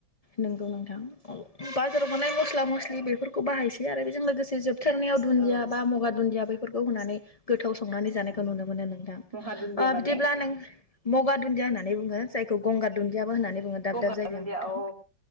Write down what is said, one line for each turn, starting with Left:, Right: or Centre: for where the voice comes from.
Left: नंगौ नोंथां ओ बाजाराव मोननाय मसला मसलि बेफोरखौ बाहायसै आरो बेजों लोगोसे जे जोबथारनायाव दुन्दिया
Right: औ
Left: बा मगा दुन्दिया बेफोरखौ होननानै गोथाव संनानै जानायखौ
Right: औ
Left: नुनो मोनो नोंथां
Right: महा दुन्दिया
Left: ओ
Right: माने
Left: बिदिब्ला नों मगा दुन्दिया होननानै होननानै बुङो जायखौ गंगार दुन्दियाबो होननानै बुङो दाब
Right: गंगार
Left: दाब जायगायाव
Right: दुनदिया
Left: नोंथां
Right: अ